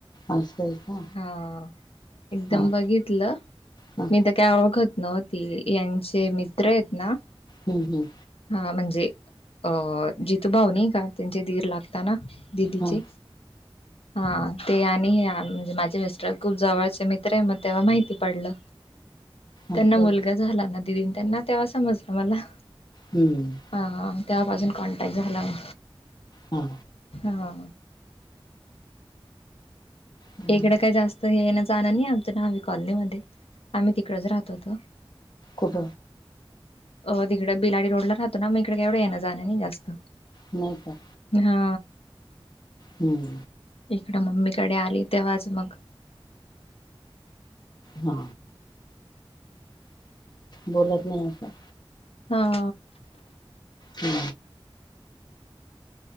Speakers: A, on the left; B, on the left.
A: असच का
B: हा एकदम
A: हा
B: बघितलं
A: हा
B: मी तर काय ओळखत नव्हती यांचे मित्र आहेत ना
A: हम् हम्
B: हा म्हणजे अ जितू भाऊ नाही का त्यांचे धीर लागताना दिदीचे
A: हा
B: हा ते आणि हे माझे मिस्टर खूप जवळचे मित्र आहे मग तेव्हा माहिती पडलं त्यांना
A: असं आहे
B: मुलगा झाला ना दिदी त्यांना तेव्हा समजलं मला
A: हम्म
B: हा त्यापासून कॉन्टॅक्ट झाला म
A: हा
B: हा
A: हम्म.
B: इकडं काय जास्त ये नां जाणार नाही आमत ना हवी कॉलनी मध्ये आम्ही तिकडेच राहत होतो
A: कुठ
B: अ तिकडे बिलाडी रोडला राहतो ना मग इकडे कावढं येणं जाण नाही जास्त
A: नाही का
B: हा
A: हम्म
B: इकडं मम्मीकडे आली तेव्हाच मग
A: हा बोलत नाही असं
B: हा
A: हा